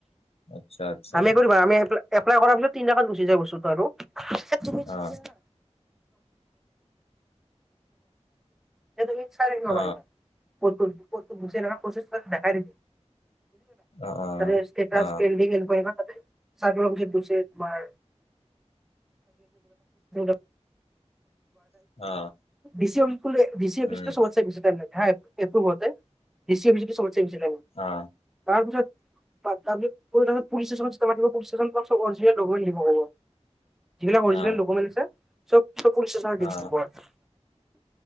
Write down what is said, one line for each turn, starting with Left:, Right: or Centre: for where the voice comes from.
Left: আচ্ছা আচ্ছা
Centre: আমি একো দিব নালাগে আমি এপ্লাইড এপলাই কৰা তিনটাকাত গুচি যায় বস্তু আৰু। এই তুমি
Left: অ
Centre: তেতিয়া <unintelligible> <unintelligible>
Left: অ
Centre: বুজি পাইছানাই?
Left: অ অ
Centre: তাতে ষ্টেটাছ,
Left: অ
Centre: পেণ্ডিং, এংকুৱাইৰী বা তাতে চাৰ্কোল অফিচত‌ গৈছে তোমাৰ <inaudible>
Left: অ
Centre: দি চি অফিচ <unintelligible> দি চি অফিচটো
Left: উম
Centre: সৱৎসে বেছি টাইম লাগে হা। এপ্ৰভ হওঁতে, দি চি অফিচত সবৎসে বেছি টাইম লাগে।
Left: অ
Centre: তাৰপিছত তাৰপিছত পুলিচ ষ্টেচনত <unintelligible> পুলিচ ষ্টেচনত তোমাক <unintelligible> যিবিলাক অৰিজিনেল
Left: অ
Centre: ডকুমেণ্ট আছে চব-চব পুলিচ ষ্টেচনত
Left: অ
Centre: <unintelligible>